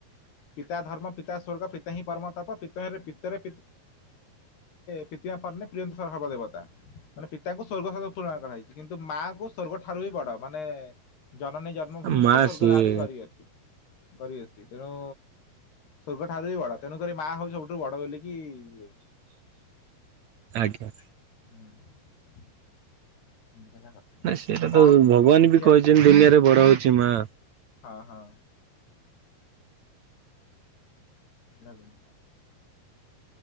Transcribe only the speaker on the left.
ପିତା ଧର୍ମ ପି ପିତା ସ୍ଵର୍ଗ ପିତା ହିଁ ପରମ ତପ ପିତରେ ପିତରେ ପ୍ରିତିମା ପର୍ନେ ପ୍ରିୟନ୍ତି ସହର୍ବ ଦେବତା। ମାନେ ପିତାଙ୍କୁ ସ୍ଵର୍ଗ ସହ ତୁଳନା କରା ହେଇଛି, କିନ୍ତୁ ମାଙ୍କୁ ସ୍ଵର୍ଗ ଠାରୁ ବି ବଡ ମାନେ ଜନନୀ ଜନ୍ମଭୂମିଷ୍ଟ
ସ୍ୱର୍ଗାଦପୀ
ଗରିୟସୀ ଗରିୟସୀ ତେଣୁ ସ୍ଵର୍ଗ ଠାରୁ ବି ବଡ ତେଣୁକରି ମା ହଉଛି ସବୁଠୁ ବଡ ବୋଲିକି ଇଏ।
ହୁଁ। <inaudible>
ଆଉ କଣ
ଖିଆ
ହଁ ହଁ। ଲାଗି